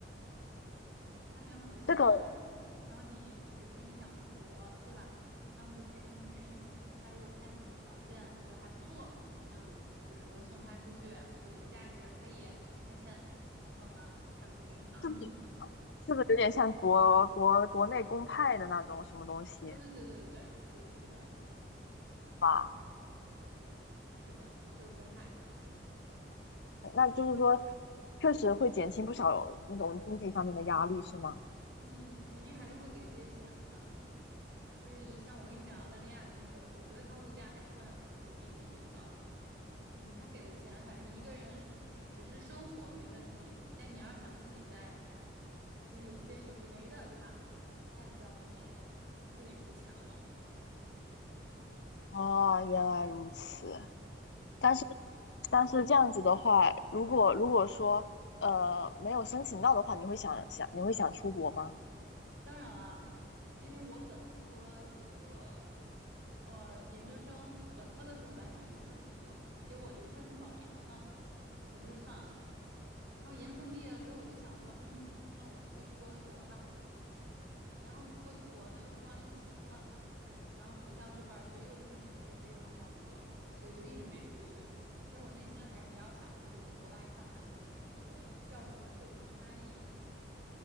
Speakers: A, on the right; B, on the left.
A: 他们有很多项目，
B: 这个
A: 然后你比如说你想出国，对吧？然后你就可以跟他们申请，他如果看你的条件觉得还不错，嗯，就是说送他出去，我觉得有价值，可以给他钱，然后呢，他们就给你绑定。
B: 是不是是不是有点像国国国内公派的那种什么东西
A: 哦，对对对对，对，是的，是的，
B: 吧？
A: 是的，就是公派，
B: 那就是说，确实会减轻不少那种经济上面的压力，是吗？
A: 嗯，肯定还是会给一些钱的。就是像我跟你讲澳大利亚那个，我觉得它物价还算有一点点高。嗯，他给的钱，反正一个人就是只是生活没问题，但你要是想自己在，就是有些有的没的，对吧？那你就要自己自己出钱了。
B: 哦，原来如此。但是但是这样子的话，如果如果说呃没有申请到的话，你会想想你会想出国吗？
A: 当然啦，因为我本科这个，我研究生本科的时候本来想研究生出国，结果我就顺利保研了，我就说算了。然后研究生毕业了之后，我就想说，嗯，那我可以出国读博吧。然后出国读博呢，又碰到疫情了，然后学校这边儿就又顺利的又接着往上读了，所以就一直没出去。其实我内心还是比较想去国外看看，就是这个教育模式有什么差异嘛。